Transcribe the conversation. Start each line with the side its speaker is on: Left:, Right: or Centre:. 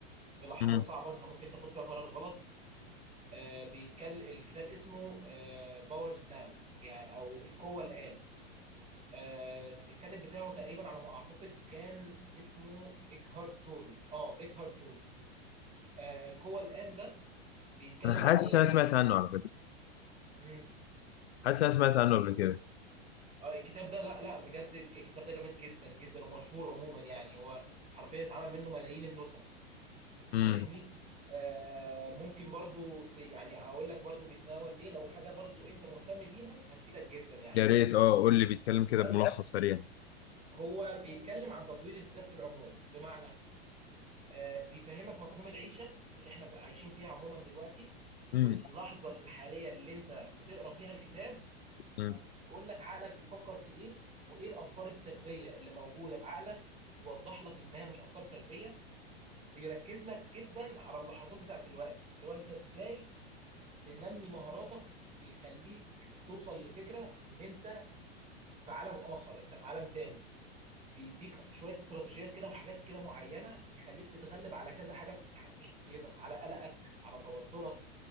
Right: في لحظات
Left: امم
Right: صعبه انت ممكن تاخد فيها قرار غلط آه، بيتكلم الكتاب اسمه باورز ناو يعني او القوه الان آه، الكاتب بتاعه تقريبا على ما اعتقد كان اسمه ايكهارت تول اه ايكهارت تول آه، القوه الان ده بيتكلم
Left: انا حاسس
Right: عن ايه
Left: إن انا سمعت عنه على فكره
Right: امم
Left: حاسس إن انا سمعت عنه قبل كده
Right: اه الكتاب ده لا لا بجد الك- الكتاب ده جامد جدا جدا ومشهور عموما يعني هو حرفيا اتعمل منه ملايين النسخ
Left: امم
Right: فاهمني آه ممكن برضو ت- يعني اقول لك برضو بيتناول ايه لو حاجه برضو انت مهتم بيها هتفيدك جدا يعني
Left: يا ريت اه قول لي بيتكلم كده
Right: تمام
Left: بملخص سريع
Right: هو بيتكلم عن تطوير الذات في العموم بمعنى آه، بيفهمك مفهوم العيشه اللي احنا عايشين فيها عموما دلوقتي
Left: امم
Right: واللحظه الحاليه اللي انت بتقرا فيها الكتاب
Left: امم
Right: بيقول لك عقلك بيفكر في ايه وايه الافكار السلبيه اللي موجوده في عقلك وبيوضح لك انها مش افكار سلبيه بيركز لك جدا على اللحظات بتاعت دلوقتي اللي هو انت ازاي تنمي مهاراتك وبيخليك توصل لفكره ان انت في عالم اخر انت في عالم تاني بيديك شويه استراتيجيات كده وحاجات كده معينه يخليك تتغلب على كذا حاجه في في شخصيتك على قلقك على توترك